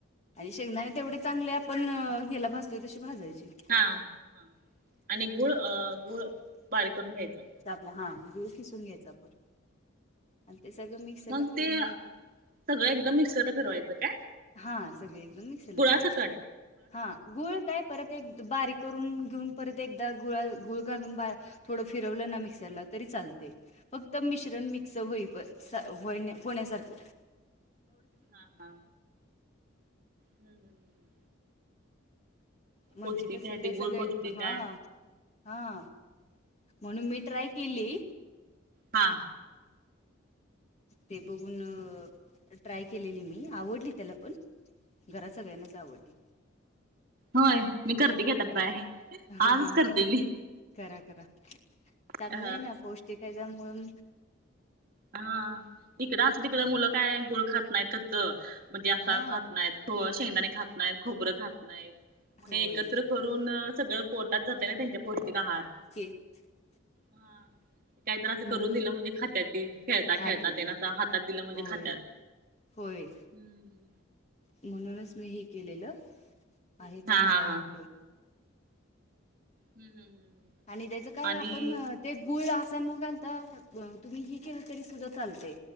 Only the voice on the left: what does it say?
आणि शेंगदा
तेवढ चांगले आपण ह्याला भाजतोय तशे भाजायचे.
हा गुळ खिसून घ्यायच आपण आणि ते सगळं मिक्स झाला
फिरून
घ्यायच.
हा सगळे एकदम मिक्सरला
फिरवायचं हा गूळ काय परत एक बारीक करून घेऊन परत एकदा गुळा गुळ घालून थोड फिरवलना मिक्सरला तरी चालते. फक्त मिश्रण मिक्स होईल हो होण्यासारख.
म्हणजे
कस
ते सगळे
हा
हा. म्हणून मी ट्राय केली.
ते बघून ट्राय केलेली मी आवडली त्याला पण. घरात सगळ्यांनाच आवडतील.
होय
करा करा चांगलं
आहे ना पौष्टिक त्याच्यामुळ
हा
होय
<unintelligible>
म्हणून
खाते
ती
होय
होय
म्हणूनच मी हे केलेलं आहे चांगल
आहे
ते.
आणि त्याच काय
आपण ते गुळ अस न घालता तुम्ही ही केलं तरी सुद्धा चालते.